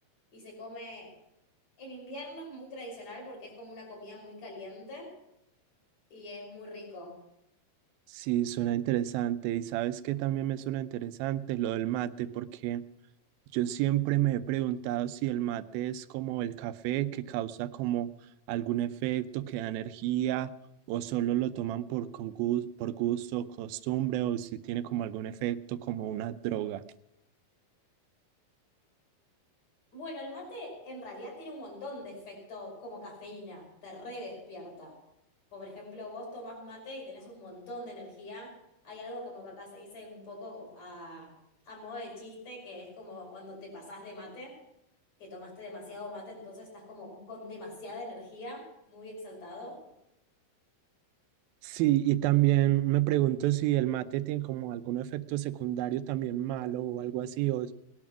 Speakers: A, on the left; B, on the right.
A: y se come... En invierno es muy tradicional porque es como una comida muy caliente Y es muy rico.
B: Sí, suena interesante. ¿Y sabes qué también me suena interesante? Lo del mate, porque Yo siempre me he preguntado si el mate es como el café que causa como algún efecto que da energía o solo lo toman por, con gus- por gusto, costumbre o si tiene como algún efecto como una droga.
A: Bueno, el mate en realidad tiene un montón de efecto como cafeína, te redespierta. Como por ejemplo, vos tomás mate y tenés un montón de energía. Hay algo como que acá se dice un poco a, a modo de chiste, que es como cuando te pasás de mate, que tomaste demasiado mate, entonces estás como con demasiada energía, muy exaltado.
B: Sí, y también me pregunto si el mate tiene como algún efecto secundario también malo o algo así o,